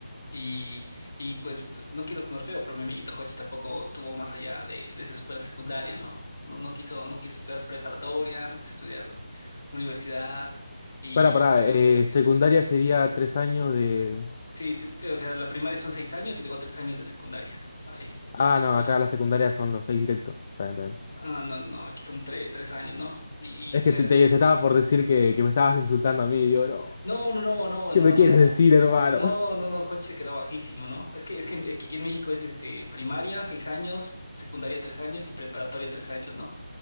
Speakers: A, on the left; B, on the left.
A: Y, y pues no quiero sonar feo, pero mi amiguito Hodge tampoco tuvo más allá de, de su escuela secundaria, ¿no? No, no quiso, no quiso estudiar preparatoria, no quiso estudiar universidad. Y,
B: para para secundaria sería tres años de...
A: Sí, te- te- o sea, la primaria son seis años y luego tres años de secundaria. Así,
B: Ah,
A: escuela.
B: no, acá la secundaria son los seis directos. Está bien, está bien.
A: Ah, no, no, aquí son tre- tres años, ¿no? Y,
B: Es
A: y fue
B: que te,
A: de
B: te-
A: así.
B: te estaba por decir que, que me estabas insultando a mí, digo, no,
A: no, no, no, no,
B: ¿qué
A: hermano,
B: me quieres
A: no.
B: decir, hermano?
A: No, no, no, Jochi se quedó bajísimo, ¿no? Es que, es que en- aquí en México es este primaria, seis años, secundaria tres años y preparatoria tres años, ¿no?